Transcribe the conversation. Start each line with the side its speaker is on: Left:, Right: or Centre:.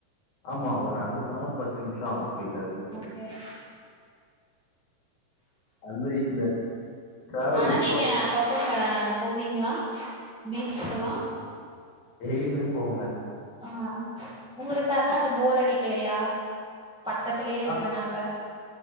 Left: ஆமா ஒரு நடந்து போனா ஒரு பத்து நிம்ஷொ ஆகு வீட்லருந்து
Centre: <inaudible>
Left: அது மாரி இந்த டிராவல்
Centre: ஆனா நீங்க
Left: போ
Centre: அப்பப்ப அ போவீங்ளா பீச்சுகெல்லா
Left: டெய்லிமே போவோங்
Centre: ஆ ஒங்களுக்கு அதா அது ஃபோர் அடிக்கலையா பக்கத்லே இருக்கனால
Left: ஆ